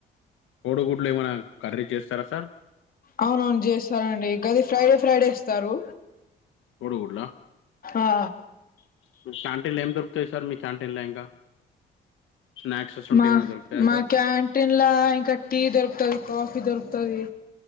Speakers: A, on the left; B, on the left.
A: కోడుగుడ్లు ఏమన్నా కర్రీ జేస్తారా సార్
B: అవునవును జేస్తారండి గది ఫ్రైడే ఫ్రైడే ఇస్తారు
A: కోడుగుడ్లా
B: ఆ
A: మీ క్యాంటీన్లా ఏం దొరుకుతాయి సార్ మీ క్యాంటీన్ల ఇంకా స్నాక్స్ అసువంటివి
B: మా
A: ఏమైనా దొరుకుతాయా
B: మా
A: సార్
B: క్యాంటీన్లా ఇంకా టీ దొరుకుతది కాఫీ దొరుకుతది